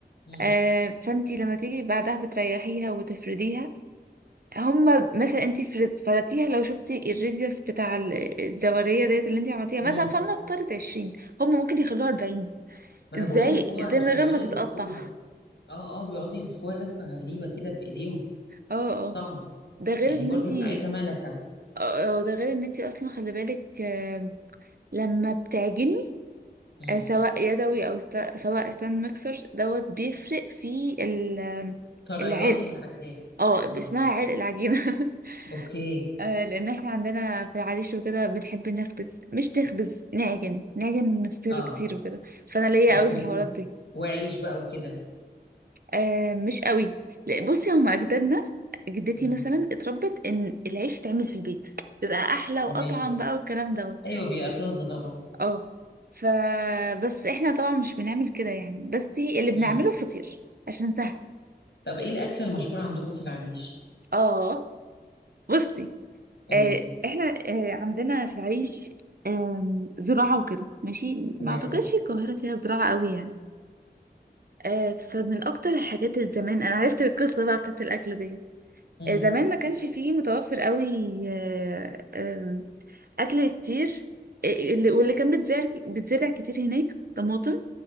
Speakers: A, on the left; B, on the right.
A: امم
B: آه فانت لما تيجي بعدها بتريحيها وتفرديها هما مثلا انتي فرد- فرضتيها لو شفتي الريزيوس بتاع ال- الدورية ديت اللي انتي عملتيها
A: امم
B: مثلا فلنفترض عشرين هما ممكن يخلوها أربعين
A: ما انا
B: ازاي
A: بقول لك هم عشان
B: ازاي من غير
A: بيقعدوا
B: ما تتقطع
A: يلفوها اه اه بيقعدوا يلفوها لفة غريبة كده بايديهم
B: اه اه
A: صعبة
B: ده غير
A: يعني
B: ان
A: برضو
B: انتي
A: عايزة ملكة
B: اه اه، ده غير ان انتي اصلا خلي بالك آم، لما بتعجني
A: امم
B: آه، سواء يدوي او است... سواء ستاند ميكسر دوت بيفرق في ال... آم،
A: طريان
B: العرق
A: العجاء
B: اه
A: اه
B: اسمها عرق العجينة <laughs>
A: اوكي
B: آه لان احنا عندنا في العريش وكده بنحب نخبز مش نخبز نعجن نعجن نفطيره
A: اه
B: كتير وكده فانا ليا
A: اوكي
B: قوي في الحوارات دي
A: وعيش بقى وكده
B: آه مش قوي لا، بصي هما اجدادنا جدتي
A: امم
B: مثلا اتربت ان العيش يتعمل في البيت بيبقى احلى واطعم
A: تمام
B: بقى والكلام دوت
A: ايوه بيبقى طازة طبعا
B: اه ف بس احنا طبعا مش بنعمل كده يعني بس اللي بنعمله
A: امم
B: فطير عشان سهل
A: طب ايه الاكلة المشهورة عندكم في العريش
B: اه بصي
A: قولي
B: آه، احنا آه، عندنا في العريش آم، زراعة وكده ماشي
A: تمام
B: ما اعتقدش القاهرة فيها زراعة قوي يعني آه، فمن اكتر الحاجات اللي زمان انا عرفت القصة بقى بتاعت الاكل ديت
A: امم
B: آه، زمان ما كانش فيه متوفر قوي آه، آم، اكل كتير آه، اللي واللي كان بيتزرع بيتزرع كتير هناك طماطم